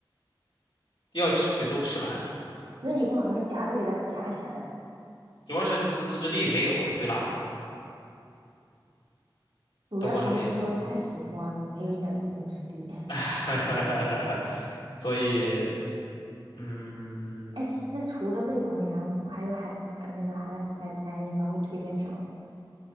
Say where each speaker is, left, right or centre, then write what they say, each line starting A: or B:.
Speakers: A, on the left; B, on the right.
A: 要吃就得都吃完。
B: 那你不好用夹子给它夹起来吧？
A: 主要是自自制力没有对辣条，
B: 主要还是说太喜欢了，
A: 懂我什么意思吗？
B: 没有一点自制力。<laughs>
A: <laughs> 所以，嗯，
B: 哎，那除了味龙，你还会还有海呃那个还有海苔，你还会推荐什么？